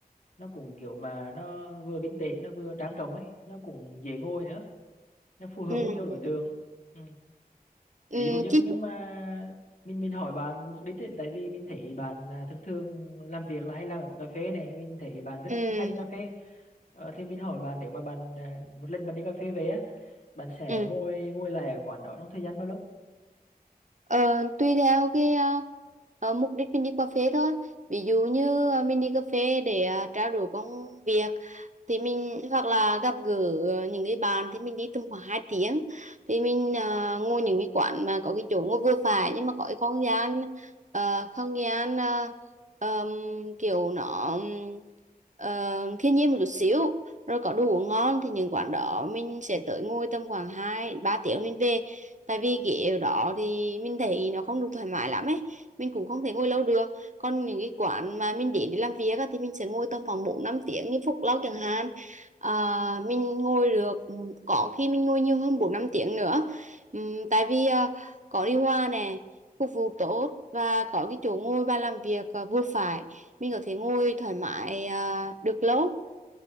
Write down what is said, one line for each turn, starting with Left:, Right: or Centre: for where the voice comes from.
Left: nó cũng kiểu mà nó vừa vintage nó vừa trang trọng ấy nó cũng dễ ngồi nữa nó phù hợp
Right: ừ
Left: với nhiều đối
Right: ừ
Left: tượng ừ
Right: ừ,
Left: ví dụ nhưng
Right: chứ
Left: nhưng mà mình mình hỏi bạn mục đích ấy, tại vì mình thấy bạn là thường thường làm việc là hay làm ở quán cà phê này mình thấy bạn rất
Right: ừ
Left: hay đi cà phê ờ, thì mình hỏi bạn nếu mà bạn à, một lần bạn đi cà phê về á bạn sẽ
Right: ừ
Left: ngồi ngồi lại ở quán đó trong thời gian bao lâu
Right: Ờ, tùy theo cái ờ, ờ, mục đích mình đi cà phê thôi. Ví dụ như ờ, mình đi cà phê để ờ, trao đổi công việc thì mình hoặc là gặp gỡ ờ, những cái bạn thì mình đi tầm khoảng hai tiếng thì mình à, ngồi những cái quán mà có cái chỗ ngồi vừa phải nhưng mà có cái không gian ờ, không gian ờ, ờm, kiểu nó ừm, ờ, thiên nhiên một chút xíu rồi có đồ uống ngon thì những quán đó mình sẽ tới ngồi tầm khoảng 2 3 tiếng mình về tại vì ghế ở đó thì mình thấy nó không được thoải mái lắm ấy mình cũng không thể ngồi lâu được còn những cái quán mà mình đến để làm việc á, thì mình sẽ ngồi tầm khoảng 4 5 tiếng như Phúc Lâu chẳng hạn à, mình ngồi được ừ, có khi mình ngồi nhiều hơn 4 5 tiếng nữa Ừm, tại vì à, có điều hòa nè phục vụ tốt và có cái chỗ ngồi bàn làm việc à, vừa phải mình có thể ngồi thoải mái à, được lâu